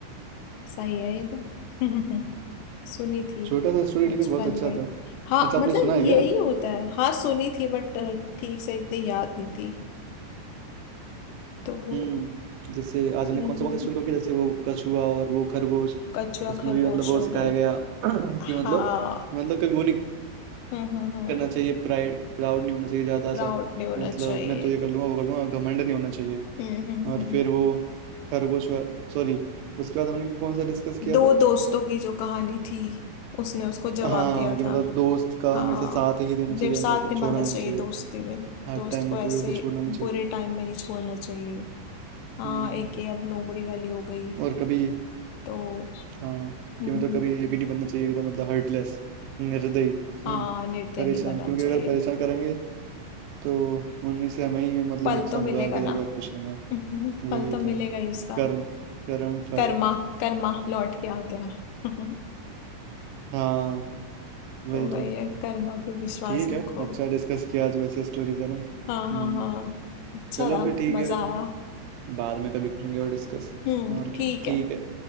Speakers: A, on the left; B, on the right.
A: सही है ये तो <laughs> सुनी थी
B: छोटा सा स्टोरी
A: बचपन
B: लेकिन बहुत अच्छा
A: में
B: था
A: हाँ
B: अच्छा आपने
A: मतलब
B: सुना है
A: यही
B: क्या
A: होता है हाँ सुनी थी बट ठीक से इतनी याद नहीं थी तो वो
B: हम्म जैसे आज हमने
A: हम्म,
B: कौन सा
A: हम्म,
B: कौन सा स्टोरी
A: हम्म।
B: करके जैसे वो कछुआ और वो खरगोश
A: कछुआ
B: उसमें
A: खरगोश
B: भी मतलब वो
A: हो
B: सिखाया
A: गई
B: गया <clears throat> कि
A: हाँ
B: मतलब मतलब कभी वो नहीं
A: हम्म हम्म हम्म,
B: करना चाहिए प्राइड प्राउड नहीं होना चाहिए ज्यादा
A: प्राउड
B: सा कि
A: नहीं होना
B: मतलब
A: चाहिए
B: मैं तो ये कर लूंगा वो कर लूंगा घमंड नहीं होना चाहिए
A: हम्म हम्म,
B: और
A: हम्म।
B: फिर वो खरगोश वाला, सॉरी उसके बाद हमने कौन सा डिस्कस किया
A: दो
B: था
A: दोस्तों की जो कहानी थी उसने उसको जवाब
B: हाँ
A: दिया
B: कि
A: था
B: मतलब दोस्त का
A: हाँ
B: हमेशा साथ ही देना
A: निव-
B: चाहिए
A: साथ
B: मतलब ऐसे छोड़ना
A: निभाना चाहिए
B: नहीं चाहिए
A: दोस्ती में
B: हर
A: दोस्त
B: टाइम में
A: को ऐसे
B: कभी ऐसे छोड़ना नहीं चाहिए
A: बुरे टाइम में नहीं छोड़ना चाहिए हाँ
B: हम्म
A: एक ये अब लोमड़ी वाली हो गई
B: और कभी
A: तो
B: हाँ
A: हम्म,
B: कि मतलब कभी ये भी नहीं बनना चाहिए एकदम मतलब हर्टलेस निर्दयी
A: हाँ
B: हम्म
A: निर्दयी
B: परेशान
A: नहीं बनना
B: क्योंकि
A: चाहिए
B: अगर परेशान करेंगे तो उन्हीं से हमें ही मतलब
A: फल
B: नुकसान
A: तो मिलेगा
B: होगा आगे
A: ना
B: जाके और कुछ नहीं है
A: हम्म,
B: वही
A: फल तो मिलेगा
B: तो
A: ही उसका
B: कर्म कर्म फल
A: कर्मा कर्मा लौट के आते हैं <laughs>
B: हाँ वही
A: तो वही
B: तो
A: है कर्मा पे विश्वास
B: ठीक
A: रखो
B: है अच्छा डिस्कस किया आज वैसे स्टोरीज है ना हम्म
A: हाँ हाँ हाँ अच्छा
B: चलो
A: था
B: फिर ठीक
A: मजा
B: है
A: आया
B: बाद में कभी करेंगे और डिस्कस
A: हम्म
B: और
A: ठीक
B: क्या ठीक
A: है
B: है